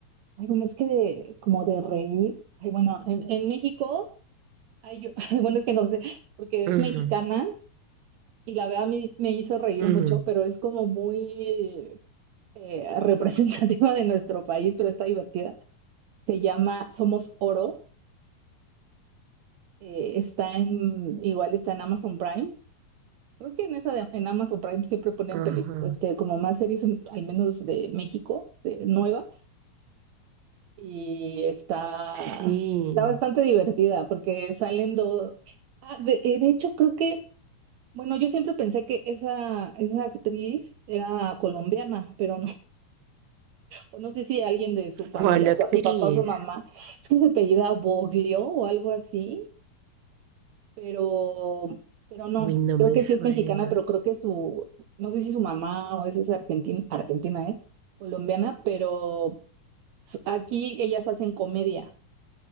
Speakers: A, on the right; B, on the right.
A: ay, bueno, es que de, como de reír. Ay, bueno, en, en México, hay, <laughs> ay, bueno, es que no sé, porque es
B: Ujú,
A: mexicana y la verdad me, me hizo reír
B: ujú,
A: mucho, pero es como muy eh, <laughs> representativa de nuestro país, pero está divertida. Se llama Somos Oro, eh, está en, igual está en Amazon Prime. Creo que en esa de- en Amazon Prime siempre ponen
B: ajá.
A: peli- este, como más series, al menos de México, de- nuevas, y está,
B: Sí.
A: está bastante divertida porque salen dos... Ah, de eh, de hecho, creo que... Bueno, yo siempre pensé que esa, esa actriz era colombiana, pero no, o no sé si alguien de su familia,
B: ¿Cuál actriz?
A: o sea, su papá o su mamá, es que se apellida Boglio o algo así, pero, pero no,
B: Uy, no
A: creo
B: me
A: que
B: suena.
A: sí es mexicana, pero creo que su, no sé si su mamá o esa es argentina, argentina, ¿eh? Colombiana, pero s- aquí ellas hacen comedia,